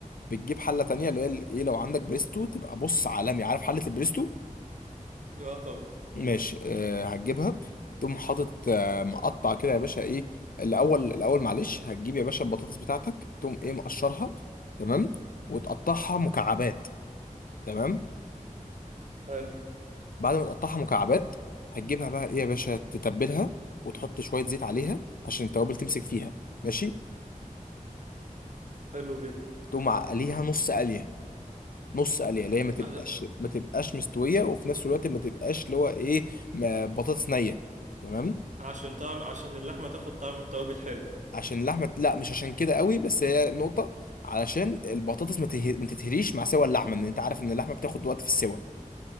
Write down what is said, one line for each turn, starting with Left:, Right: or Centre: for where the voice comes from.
Left: بتجيب حله تانية اللي هي ال- ايه لو عندك بريستو تبقى بص عالمي عارف حله البريستو
Right: اه طب
Left: ماشي أه هتجيبها تقوم حاطط آه، مقطع كده يا باشا ايه الاول الاول معلش هتجيب يا باشا البطاطس بتاعتك تقوم ايه مقشرها تمام وتقطعها مكعبات تمام
Right: حلو
Left: بعد ما تقطعها مكعبات هتجيبها بقى ايه يا باشا تتبلها وتحط شويه زيت عليها عشان التوابل تمسك فيها ماشي
Right: حلو جدا
Left: تقوم معقليها نص قليه نص قليه اللي هي ما تبقاش
Right: عش...
Left: ما تبقاش مستويه وفي نفس الوقت ما تبقاش اللي هو ايه ما- بطاطس نيه تمام
Right: عشان طعم عشان اللحمة تاخد طعم التوابل حلو
Left: عشان اللحمه لا مش عشان كده قوي بس هي نقطه علشان البطاطس ما تته- ما تتهريش مع سوى اللحمه ان انت عارف ان اللحمه بتاخد وقت في السوى